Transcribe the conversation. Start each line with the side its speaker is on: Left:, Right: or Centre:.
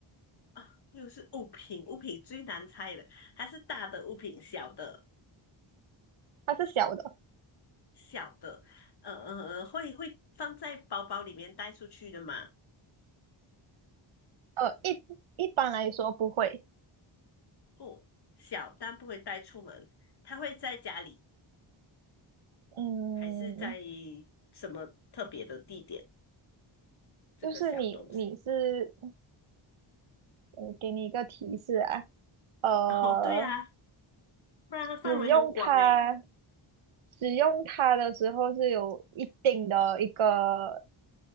Left: 啊，又是物品，物品最难猜的，它是大的物品，小的，
Right: 它是小的。
Left: 小的，呃呃，呃，会会放在包包里面带出去的吗？
Right: 呃，一一般来说不会。
Left: 哦，小，但不会带出门。它会在家里，
Right: 嗯，
Left: 还是在什么特别的地点？这个小东西。
Right: 就是你你是，嗯，给你一个提示啊，呃，
Left: <laughs> 哦，对啊，不然它范围很广诶。
Right: 使用它使用它的时候是有一定的一个